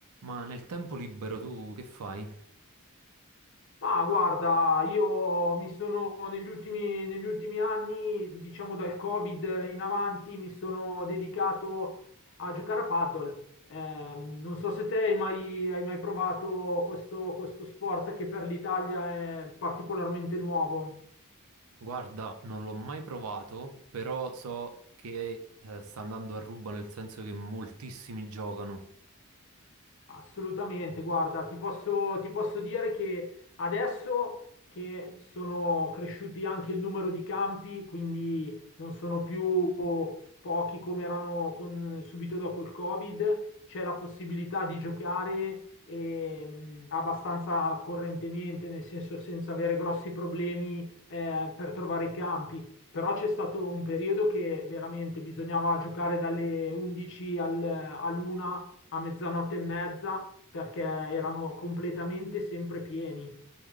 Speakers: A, on the right; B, on the left.
A: Ma nel tempo libero tu che fai?
B: Ma guarda, io mi sono negli ultimi, negli ultimi anni, diciamo dal Covid in avanti, mi sono dedicato a giocare a paddle. Ehm, non so se te hai mai, hai mai provato questo, questo sport che per l'Italia è particolarmente nuovo.
A: Guarda, non l'ho mai provato, però so che eh, sta andando a ruba nel senso che moltissimi giocano.
B: Assolutamente, guarda, ti posso, ti posso dire che adesso che sono cresciuti anche il numero di campi, quindi non sono più pochi come erano con- subito dopo il Covid, c'è la possibilità di giocare ehm, abbastanza correntemente, nel senso senza avere grossi problemi eh, per trovare i campi. Però c'è stato un periodo che veramente bisognava giocare dalle 11 al, all'una a mezzanotte e mezza perché erano completamente sempre pieni.